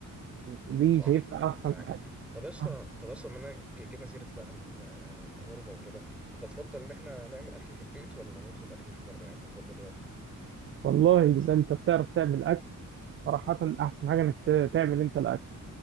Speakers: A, on the right (about 40°); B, in the centre.
A: دي
B: صح
A: شايفها
B: اتفق
A: احسن
B: معاك
A: حاجه
B: طب يا اسطى
A: آه.
B: طب يا اسطى بما اننا ج- جبنا سيره بقى ال- الغربه وكده انت تفضل ان احنا نعمل اكل في البيت ولا نطلب اكل من بره يعني انت تفضل ايه اكتر
A: والله اذا انت بتعرف تعمل اكل صراحه احسن حاجه انك ت- تعمل انت الاكل